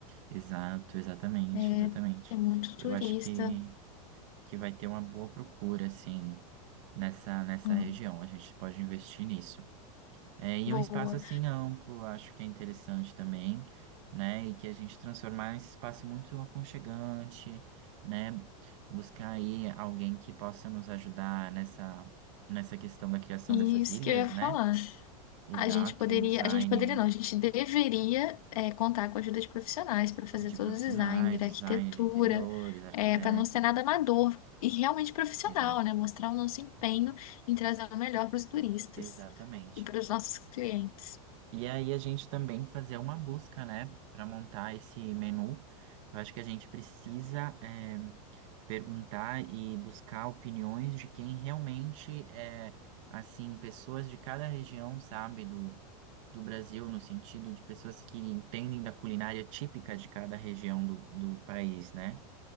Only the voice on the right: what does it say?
Exato, exatamente,
exatamente.
Eu
acho que, que vai ter uma boa procura, assim, nessa, nessa
região. A gente pode investir nisso. É, e
um espaço assim amplo, acho que é interessante também, né? E que a gente transformar esse espaço muito aconchegante, né? Buscar aí alguém que possa nos ajudar nessa, nessa questão da criação
dessas
ilhas,
né? Exato,
um design
de
profissionais,
design
de interiores, arquitetos.
Exato.
Exatamente.
E aí a gente também fazer uma busca, né, para montar esse menu. Eu acho que a gente precisa eh, perguntar e buscar opiniões de quem realmente é, assim, pessoas de cada região, sabe, do, do Brasil, no sentido de pessoas que entendem da culinária típica de cada região do, do país, né?